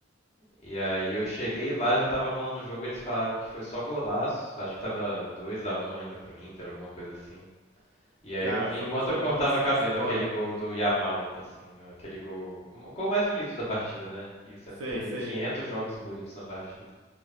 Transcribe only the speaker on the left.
E aí eu cheguei lá, já tava rolando o jogo, eles falaram que foi só golaço. Acho que tava 2 a um ainda pro Inter, alguma coisa assim. E aí
eu vi
enquanto
eu cortava
cabelo
aquele gol do Yamal, assim, aquele gol, o gol mais bonito da partida, né? E sendo
que teve
500 jogos bonitos na partida.